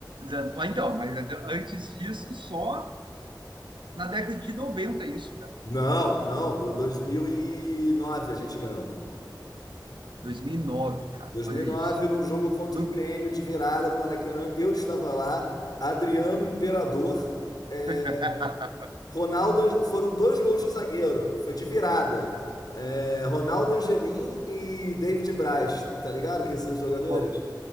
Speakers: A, on the right; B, on the left.
A: Já- ah, Então, mas antes disso, só na década de noventa isso, cara.
B: Não, não, do- 2009 a gente ganhou.
A: 2009, cara.
B: Dois
A: Olha
B: mil e nove
A: isso.
B: num jogo contra
A: No-
B: o Grêmio de virada no Maracanã, eu estava lá, Adriano Imperador é,
A: <laughs>
B: Ronaldo, Ange- foram dois gols de zagueiro, foi de virada. É, Ronaldo Angelim e David Braz, tá ligado? Quem são os jogadores?
A: ó,